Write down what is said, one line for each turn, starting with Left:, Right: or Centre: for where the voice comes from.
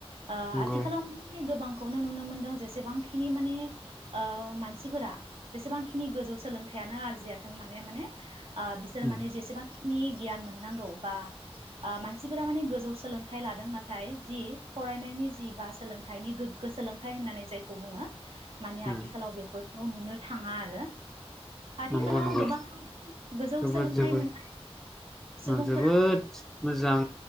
Right: ओ
Centre: नंगौ
Right: आथिखालाव माने गोबां खौनो नुनो मोनदों जेसेबांखिनि माने ओ मानसिफोरा जेसेबां खिनि गोजौ सोलोंथाइयानो आरजियाथों माने माने आ बिसोर
Centre: उम
Right: माने जेसेबां खिनि गियान मोननांगौ बा आ मानसिफोरा माने गोजौ सोलोंथाइ लादों नाथाय जि फरायनायनि जि बा सोलोंथाइनि गोग्गो सोलोंथाइ होननानै जायखौ बुङो माने
Centre: उम
Right: आथिखालाव बेफोर खौ नुनो थाङा आरो आथिखालाव
Centre: नंगौ नंगौ
Right: गोबां गोजौ
Centre: जोबोद
Right: सोलोंथाइ
Centre: जोबोद
Right: मोननाय सुबुंफोरा
Centre: ओ जोबोद मोजां